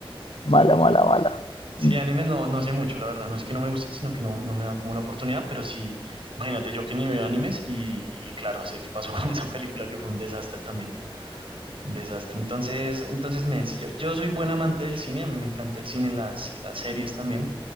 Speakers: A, on the left (about 70°); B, on the right (about 65°).
A: mala, mala, mala.
B: Sí,
A: Mm,
B: animes no, no sé mucho, la verdad. No es que no me guste, sino que no, no me da como la oportunidad, pero sí, imagínate yo que ni veo animes y, y claro, sé qué pasó <laughs> con esa película que fue un desastre también. Desastre. Entonces, entonces me decía, yo soy buen amante del cine, a mí me encanta el cine, las, las series también,